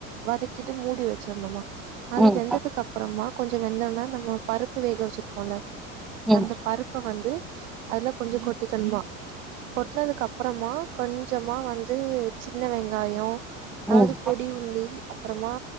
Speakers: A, on the right (about 70°); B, in the centre.
A: வதக்கிட்டு மூடி வச்சிரணுமா அது
B: ம்
A: வெந்ததுக்கப் மா கொஞ்சோ வெந்தோன்ன நம்ம பருப்பு வேக வச்சிருக்கோல்ல
B: ம் ம்
A: அந்த பருப்ப வந்து ஆஹ அதுல கொஞ்சோ கொட்டிக்கணுமா கொட்னதுக்கப்றமா கொஞ் சமா வந்து சின்ன வெங் காயோ அதாது
B: ம்
A: பொடி உள்ளி அப்றமா